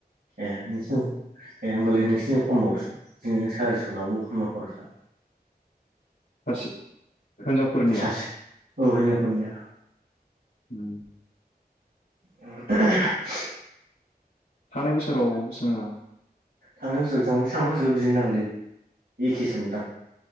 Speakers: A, on the right (about 80°); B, on the left (about 80°).
A: ए नोसिं ए होमबालाय नोंसिं खमबावसो जों सारिस' लाबावो खामला खरसा।
B: सासे हिनजावफोरनिया
A: सासे औ हिनजाव फोरनिया।
B: उम।
A: <unintelligible>
B: थांनाय बोसोराव बेसां लांआ?
A: थांनाय बोसोराव बेसांमोन थांनाय बोसोरावबो बिदिनो दांलै एखेसो मोनदां।